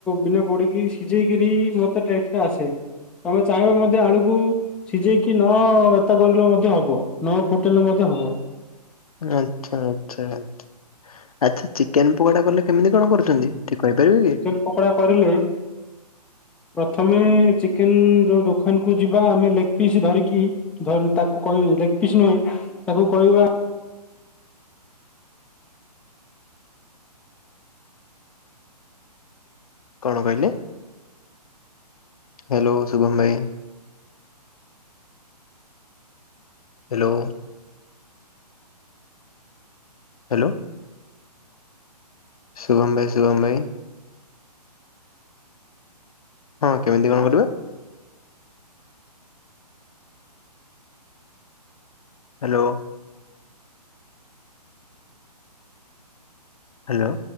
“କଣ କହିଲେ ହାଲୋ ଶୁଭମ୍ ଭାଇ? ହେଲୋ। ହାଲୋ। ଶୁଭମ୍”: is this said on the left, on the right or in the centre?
Left